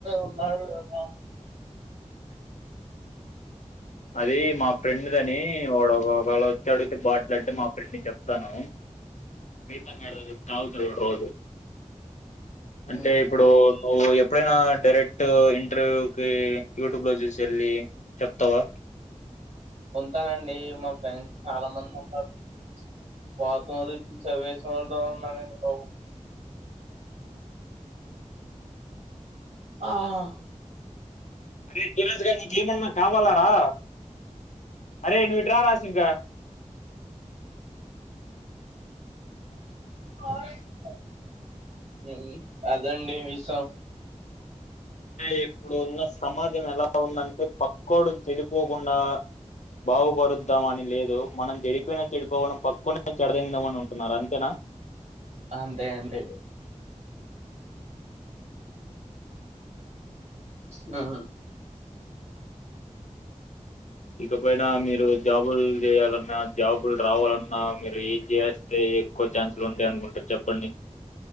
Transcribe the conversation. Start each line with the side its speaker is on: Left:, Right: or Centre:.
Right: ఉన్నారు ఆ
Left: అది మా ఫ్రెండ్ దని వాడు ఒకవేళ వచ్చి అడిగితే బాటిలు అంటే మా ఫ్రెండ్ చెప్తాను. రైతాంగాడి రోజు తాగుతాడు వాడు రోజు అంటే
Right: ఉమ్.
Left: ఇప్పుడు మువ్ చెప్ ఎప్పుడైనా డైరెక్ట్ ఇంటర్వ్యూకి యూట్యూబ్ లో చూసెళ్ళి చెప్తావా
Right: ఉంతారండి మా ఫ్రెండ్స్ చాలా మంది ఉంటారు <unintelligible> ఆహా
Left: అరే రాజగారికి నీకేమన్నా కావాలారా అరే నువ్వుటి రా రాసి ఇంకా
Right: ఉ అదండి విసం
Left: అంటే ఇప్పుడు ఉన్న సమాజం ఎలా ఉందంటే పక్కోడు చెడిపోకుండా బాగుపరుద్దామ అని లేదు మనం చెడిపోయినా చెడిపోకూన పక్కోనే చెడదెగ్దామాని ఉంటున్నారు అంతేనా
Right: అంతే అండి ఉహుం
Left: ఇకపైన మీరు జాబులు జెయాలన్నా జాబులు రావాలన్నా మీరు ఏం చేస్ తె ఎక్కువ ఛాన్స్లు ఉంటాయి అనుకుంట చెప్పండి